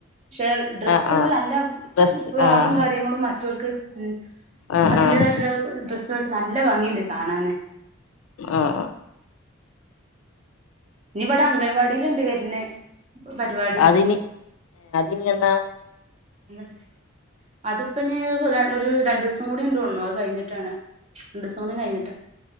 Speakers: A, on the right (about 30°); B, on the left (about 80°).
A: പക്ഷെ ഡ്രസ്സ്ല്
B: ആഹ് ആഹ്
A: നല്ല
B: ഡ്രസ്സ്
A: ഫ്രോക്കും
B: ആഹ്
A: കാര്യങ്ങളും മറ്റൊൽക്ക് ഉം
B: ആഹ്
A: അതിന്റേതായിട്ട്ള്ള
B: ആഹ്
A: ഡ്രസ്സായിട്ട് നല്ല ഭംഗി ഇണ്ട് കാണാന്.
B: ആഹ് ആഹ്
A: ഇഞ്ഞി ഇവടെ അംഗൻവാടില്ണ്ട് വര്ന് പരിവാടി
B: അതിനി അതിനി എന്നാ
A: എന്ന് അത്പ്പഞ് ര ഒരു രണ്ടൂസം കൂടി ഇണ്ട് തോൺണു. അത് കഴിഞ്ഞിട്ടാണ്. രണ്ടൂസം കൂടി കഴിഞ്ഞിട്ട